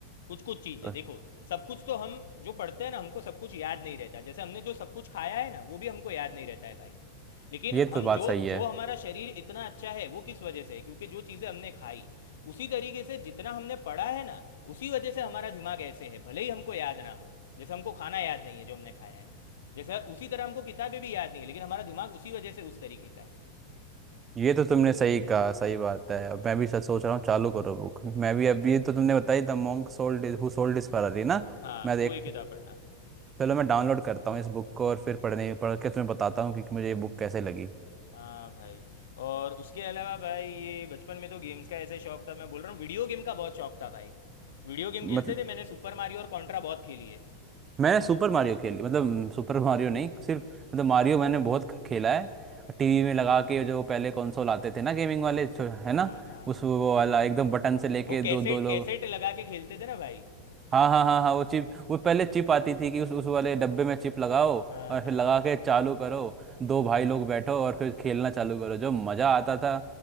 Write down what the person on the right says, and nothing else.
अ,
ये
तो बात
सही है
ये तो तुमने सही कहा सही बात है अब मैं भी सच सोच रहा हूँ चालू करो बुक मैं भी अभी तो तुमने बताई the monk sold who sold his Ferrari ना
मैं
देख
चलो मैं डाउनलोड करता हूँ इस बुक को और फिर पढ़ने पढ़ के तुम्हें बताता हूँ कि कि मुझे ये बुक कैसे लगी
मतलब
मैंने सुपर मारियो खेली मतलब सुपर मारियो नहीं सिर्फ मतलब मारियो मैंने बहुत ख- खेला है टीवी में लगा के जो पहले कंसोल आते थे ना गेमिंग वाले छो- है ना
उस
वो वाला एकदम बटन से लेके
दो
दो लोग
हाँ हाँ हाँ हाँ वो चिप वो पहले चिप आती थी कि उस उस वाले डब्बे में चिप लगाओ
और
फिर लगा
के चालू करो दो भाई
लोग बैठो और फिर खेलना चालू करो जो मजा
आता
था